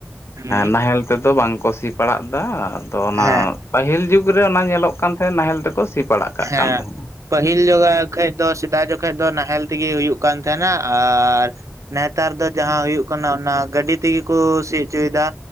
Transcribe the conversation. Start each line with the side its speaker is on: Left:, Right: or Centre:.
Right: ᱦᱩᱸ
Left: ᱱᱟᱦᱮᱞ ᱛᱮ ᱫᱚ ᱵᱟᱝ ᱠᱚ ᱥᱤ ᱯᱟᱲᱟᱜ ᱫᱟ ᱟᱫᱚ ᱚᱱᱟᱼᱼ
Right: ᱦᱮᱸ
Left: ᱯᱟᱹᱦᱤᱞ ᱡᱩᱜᱽ ᱨᱮ ᱚᱱᱟ ᱧᱮᱞᱚᱜ ᱠᱟᱱ ᱛᱟᱦᱮᱸᱫ ᱱᱟᱦᱮᱞ ᱛᱮ ᱠᱚ ᱥᱤ ᱯᱟᱲᱟᱜ ᱠᱟᱜ
Right: ᱦᱮᱸ
Left: ᱠᱟᱱ ᱛᱟᱦᱮᱸᱼᱟ
Right: ᱯᱟᱹᱦᱤᱞ ᱡᱚᱜᱟ ᱠᱷᱚᱡ ᱫᱚ ᱥᱮᱫᱟᱭ ᱡᱚᱠᱷᱚᱡ ᱫᱚ ᱱᱟᱦᱮᱞ ᱛᱮ ᱜᱮ ᱦᱩᱭᱩᱜ ᱠᱟᱱ ᱛᱟᱦᱮᱱᱟ ᱟᱨᱼᱼ ᱱᱮᱛᱟᱨ ᱫᱚ ᱡᱟᱦᱟᱸ ᱦᱩᱭᱩᱜ ᱠᱟᱱᱟ ᱚᱱᱟ ᱜᱟᱹᱰᱤ ᱛᱮ ᱜᱮ ᱠᱚ ᱥᱤ ᱦᱚᱪᱚᱭ ᱮᱫᱟ